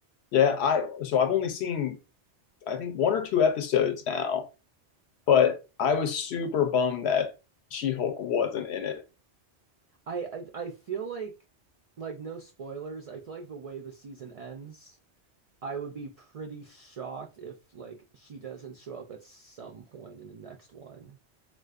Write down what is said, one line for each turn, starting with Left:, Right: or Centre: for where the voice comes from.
Left: Yeah, I so I've only seen I think one or two episodes now, but I was super bummed that She-Hulk wasn't in it.
Right: I I, I feel like like no spoilers. I feel like the way the season ends, I would be pretty shocked if like she doesn't show up at some point in the next one.